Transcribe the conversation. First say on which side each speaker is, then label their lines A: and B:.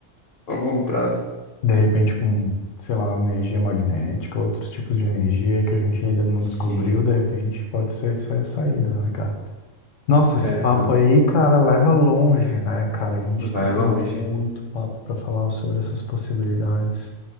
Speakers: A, on the left (about 55°); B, on the left (about 80°).
A: a longo prazo.
B: De repente com, sei lá, energia magnética, outros tipos de energia aí que a gente ainda não
A: Sim,
B: descobriu, de repente pode ser isso aí a saída, né, cara? Nossa, esse
A: é,
B: papo
A: realmente.
B: aí, cara, leva longe, né, cara? A gente
A: Vai
B: tem
A: longe,
B: muito papo pra falar sobre essas possibilidades.